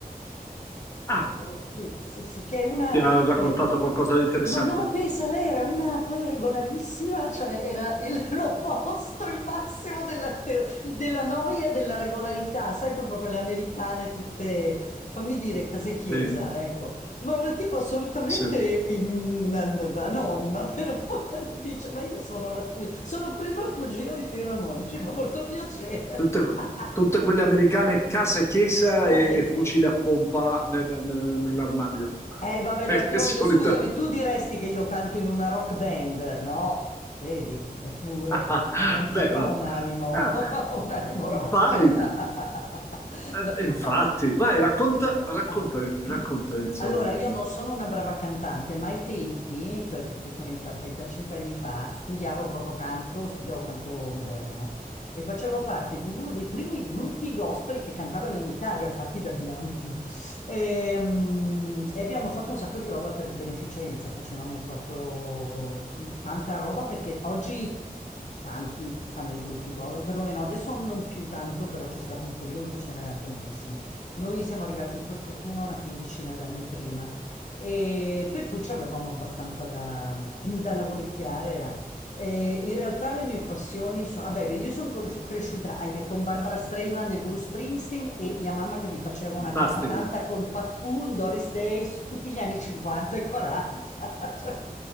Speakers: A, on the left; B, on the left.
A: ah,
B: Sì, sì, sì, che è una...
A: ti ha raccontato
B: che-
A: qualcosa di interessante?
B: Ma no, pensa, lei era una poi regolarissima, cioè era il- <laughs> l'opposto, il massimo della, te- della noia e della regolarità, sai, proprio quelle americane tutte, fammi dire, case chiesa,
A: Sì,
B: ecco. Ma una tipo assolutamente
A: sì.
B: mm, mm, anonima, <laughs> però poi mi dice, ma io sono la cugina, sono prima cugina di Fioramone, ci fa molto piacere.
A: Tutte,
B: <laughs>
A: tutte quelle americane casa e chiesa
B: Casa
A: e,
B: e
A: e
B: chiesa.
A: fucile a pompa nel- nel- nell'armadio.
B: Eh,
A: <laughs>
B: vabbè,
A: È
B: d'altronde,
A: solita.
B: scusami, tu diresti che io canto in una rock band, no? Vedi, eppure
A: <laughs>
B: anch'io
A: Beh, vabbè.
B: ho un animo,
A: Ah,
B: <laughs> un animo rock.
A: vai.
B: <laughs>
A: Eh,
B: No, io
A: Infatti,
B: ho fatto
A: vai, racconta, racconta,
B: Oh.
A: racconta,
B: <clears throat>
A: insomma,
B: Allora,
A: è
B: io non sono una brava cantante, ma ai tempi, cioè tipo 30-35 anni fa, studiavo proprio canto, studiavo canto moderno e facevo parte di uno dei primi gruppi gospel che cantavano in Italia, fatti da bianchi. E, mm, e abbiamo fatto un sacco di roba per beneficenza, facevamo proprio tanta roba perché oggi tanti fanno i gruppi gospel, perlomeno adesso non più tanto, però c'è stato un periodo che ce n'erano tantissimi. Noi siamo arrivati per fortuna una quindicina d'anni prima, e per cui ci avevamo abbastanza da, da lavoricchiare. eh. E in realtà le mie passioni sono, vabbè, beh, io sono cor- cresciuta, ahimè, con Barbara Streisand e Bruce Springsteen e mia mamma che mi faceva
A: fantastico.
B: una capatanta con Pat Boone, Doris Day, tutti gli anni 50 e 40. <laughs> Cioè,